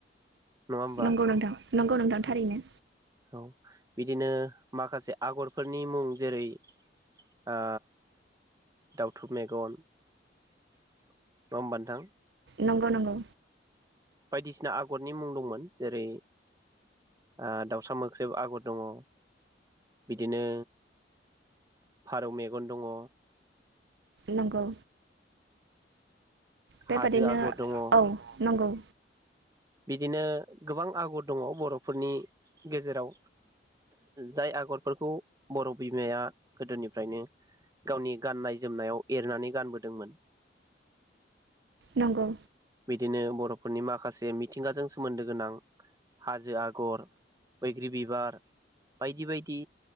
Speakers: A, on the right; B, on the right.
A: नङा होमबा
B: नंगौ नोंथां नंगौ नोंथां
A: औ
B: थारैनो।
A: औ बिदिनो माखासे आगरफोरनि मुं जेरै ओ दाउथु मेगन नङा होमबा नोंथां?
B: नंगौ नगौ।
A: बायदिसिना आगरनि मुं दंमोन जेरै ओ दाउसा मोख्रेब आगर दङ बिदिनो फारौ मेगन दङ।
B: नंगौ बेबादिनो
A: हाजो आगर दङ
B: औ नंगौ।
A: बिदिनो गोबां आगर दङ बर'फोरनि गेजेराव जाय आगरफोरखौ बर' बिमाया गोदोनिफ्रायनो गावनि गाननाय- जोमनायाव एरनानै गानबोदोंमोन
B: नंगौ
A: बिदिनो बर'फोरनि माखा बे मिथिंगाजों सोमोन्दो गोनां हाजो आगर बैग्रि बिबार बायदि बायदि